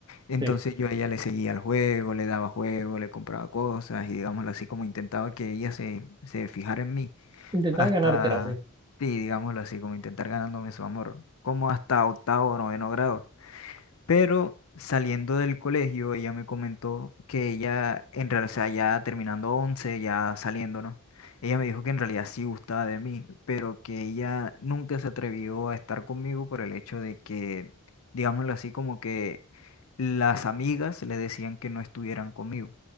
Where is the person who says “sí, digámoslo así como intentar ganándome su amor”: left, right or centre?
Left